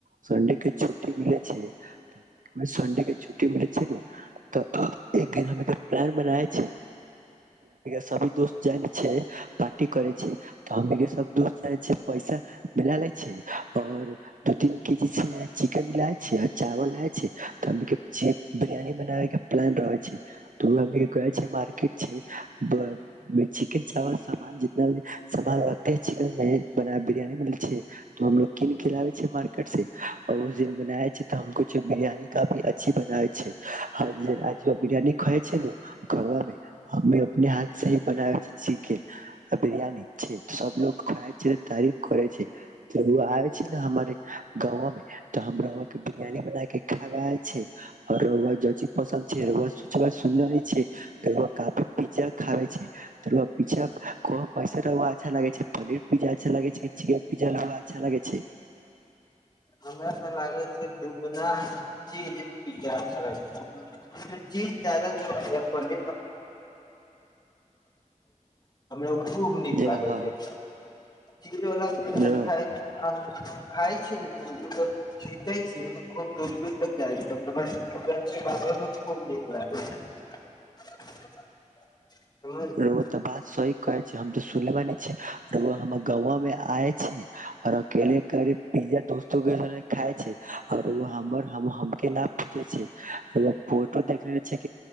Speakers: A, on the right; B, on the left.
A: सन्डे के छुट्टी मिले छैय सनडे के छुट्टी मिले छैय ने त एक दिन हम प्लान बनाए छैय सभी दोस्त <unintelligible> क करै छी तऽ हमनी के सब द चाहए छैय पैसा मिला ले छैय और दू तीन के जी चिकेन लाय छैय चावल लाय छैय त के बिरयानी बनावे के प्लान रहे छैय के छैय मार्केट चिकेन चावल सामान जितना भ सान लगते हिक बिरान हमोग कीन के लाबे छै मार्केट से बना छैय त हमो बिरियानी काफी अच्छी बनावै छैय बिरियानी खा छैय घरा मे हमे अपने हाथ से ही बनाबे छैय चिकेन बिरियानी सब लोग खााय छैय तारीफ करै छैय आबे छैय ने हमरे गाँंव में तऽ हमराआ के बिरियानी बना के खाया छैरआीज पसन्द छैय छ काफी पिज्जा खाबे छैय त रउआ कैस रह अच्छा लगे छैय पनीर पिज्जा अच्छा लगे छैय की चिकेन पिज्जा अच्छा ल छैय
B: हमरा तऽ लागे छैय दुगुना ची पिज्जा अच्छा ल चीज जदा जर अपन <unintelligible> खूब नीक
A: ज
B: लागे छैय चिड़ वला च
A: र
B: खाय खा छी ने जीते छी खूब दूर दूर तक जाइ छी अप श्ष ब खूब नीक लागै छै समझली
A: रुआत बात सही कहे छै हम त सुन मे छी रुआ हमर गाँव में आय छै और अकेले करे पिज्जा दोस्तो के खााय छै र रुआ हमर के न पूछे छै फोटो देखले छै